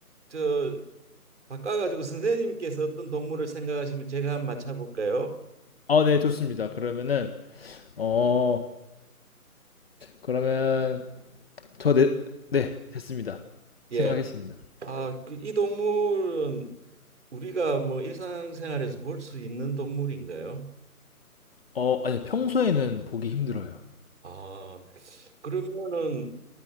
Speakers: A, on the right; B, on the left.
A: 저 바꿔가지고 선생님께서 어떤 동물을 생각하시면 제가 한번 맞춰볼까요?
B: 아 네 좋습니다. 그러면은 어 그러면 저네 네 됐습니다. 생각했습니다.
A: 예. 아, 그, 이 동물은 우리가 뭐 일상생활에서 볼 수 있는 동물인가요?
B: 어 아니 평소에는 보기 힘들어요.
A: 아, 그러면은